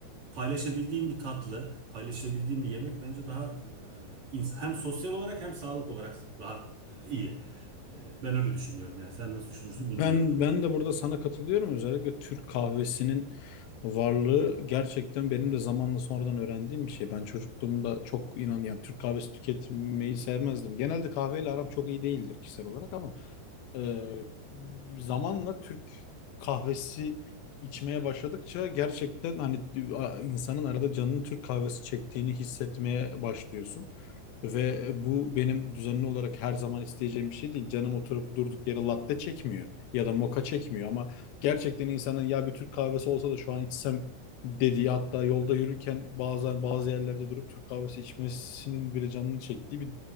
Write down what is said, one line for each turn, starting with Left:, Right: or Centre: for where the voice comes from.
Right: paylaşabildiğin bir tatlı, paylaşabildiğin bir yemek bence daha e, ins- hem sosyal olarak hem sağlık olarak daha e, iyi. E, ben öyle düşünüyorum. Yani sen nasıl düşünürsün bilmiyorum.
Left: Ben ben de burada sana katılıyorum. Özellikle Türk kahvesinin varlığı gerçekten benim de zamanla sonradan öğrendiğim bir şey. Ben çocukluğumda çok inan yani Türk kahvesi tüketmeyi sevmezdim. Genelde kahveyle aram çok iyi değildir kişisel olarak ama ee, zamanla Türk kahvesi içmeye başladıkça gerçekten hani a- insanın arada canının Türk kahvesi çektiğini hissetmeye başlıyorsun. Ve e, bu benim düzenli olarak her zaman isteyeceğim bir şey değil. Canım oturup durduk yere latte çekmiyor ya da moka çekmiyor ama gerçekten insanın ya bir Türk kahvesi olsa da şu an içsem dediği hatta
Right: Evet,
Left: yolda yürürken bazen bazı yerlerde durup Türk kahvesi içmesinin bile canını çektiği bir